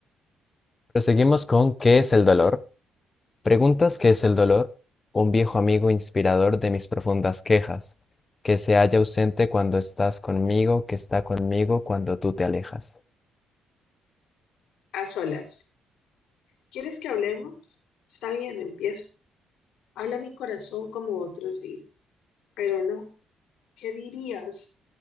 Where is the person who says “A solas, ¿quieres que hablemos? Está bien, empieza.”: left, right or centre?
Left